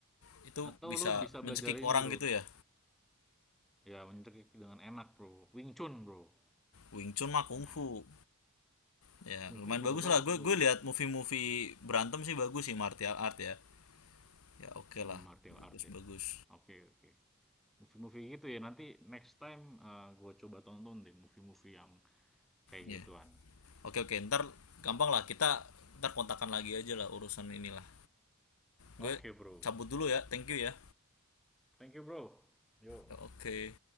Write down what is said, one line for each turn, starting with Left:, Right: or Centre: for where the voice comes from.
Left: itu
Centre: Atau
Left: bisa
Centre: lo bisa
Left: mencekik
Centre: belajar ini,
Left: orang
Centre: Bro.
Left: gitu ya
Centre: Ya, mencekik dengan enak, Bro. Wing Chun, Bro.
Left: Wing Chun mah Kung
Centre: Nah,
Left: Fu. ya
Centre: Kungfu
Left: lumayan
Centre: juga
Left: bagus
Centre: bagus,
Left: lah
Centre: Bro.
Left: gue gue lihat movie-movie berantem sih bagus sih martial art ya ya oke okay
Centre: Mmm,
Left: lah
Centre: martial
Left: bagus
Centre: art ya.
Left: bagus
Centre: Oke oke. Movie-movie gitu ya, nanti next time, eee, gue coba tonton deh movie-movie yang kayak
Left: ya yeah.
Centre: gituan.
Left: oke okay, oke Okay. ntar gampang lah kita ntar kontakan lagi aja lah urusan inilah
Centre: Oke,
Left: gue
Centre: Bro.
Left: cabut dulu ya thank you ya
Centre: Thank you, Bro. Yo.
Left: Ya, oke